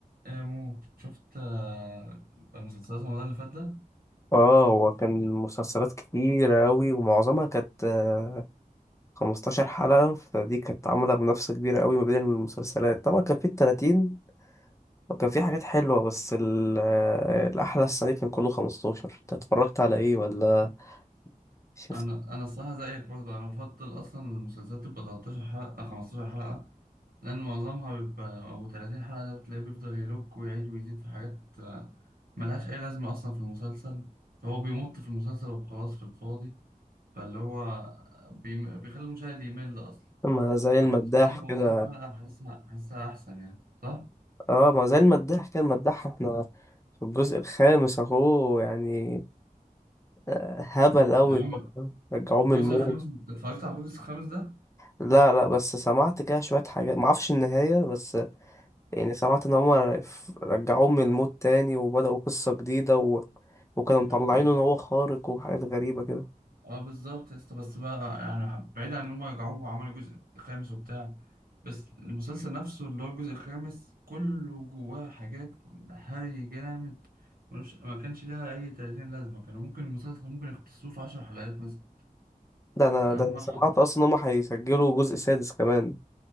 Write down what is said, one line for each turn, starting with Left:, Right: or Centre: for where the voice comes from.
Right: إيه يا مو شفت آه، مسلسلات رمضان اللي فات ده
Left: اه هو كان مسلسلات كتيرة أوي ومعظمها كانت آه، 15 حلقة فدي كانت عاملة منافسة كبيرة أوي ما بين المسلسلات طبعا كان في التلاتين وكان في حاجات حلوة بس ال- آه، الأحلى السنة دي كان كله 15 أنت اتفرجت على إيه ولا شفت
Right: انا انا الصراحه زيك برضه انا بفضل اصلا المسلسلات تبقى 13 حلقه 15 حلقه لان معظمها بيبقى او 30 حلقه ده بتلاقيه بيفضل يلوك ويعيد ويزيد في حاجات آه، ملهاش اي لازمه اصلا في المسلسل فهو بيمط في المسلسل وخلاص في الفاضي فاللي هو آه، بيم... بيخلي المشاهد يمل اصلا
Left: ما زي المداح
Right: فالمسلسلات
Left: كده
Right: 15 حلقه حاسسها حاسسها احسن يعني صح؟
Left: اه ما زي المداح كان مداح احنا في الجزء الخامس اهو يعني آه، هبل قوي
Right: يا عم
Left: رجعوه
Right: الجزء
Left: من الموت
Right: الخامس اتفرجت على الجزء الخامس ده؟
Left: لا لا بس سمعت كده شوية حاجات معرفش النهاية بس يعني سمعت ان هما ف- رجعوه من الموت تاني وبدأوا قصة جديدة و... وكانوا
Right: مم.
Left: مطلعينه ان هو خارق وحاجات غريبة كده
Right: اه بالظبط يا اسطى بس بقى يعني بعيد عن ان هم رجعوه وعملوا جزء خامس وبتاع بس المسلسل نفسه اللي هو الجزء الخامس كله جواه حاجات هري جامد ملوش ما كانش لها اي 30 لازمه كان ممكن المسلسل ممكن يختصروه في 10 حلقات مثلا
Left: ده انا
Right: اما
Left: ده انا سمعت اصلا ان هما هيسجلوا جزء سادس كمان